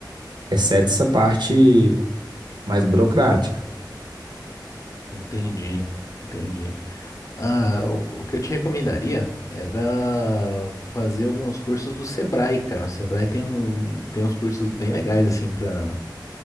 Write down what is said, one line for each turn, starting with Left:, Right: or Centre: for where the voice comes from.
Right: exceto essa parte mais burocrática.
Left: Entendi. Entendi. Ah, o, o que eu te recomendaria era fazer alguns cursos do Sebrae, cara. O Sebrae tem um tem uns cursos bem legais assim para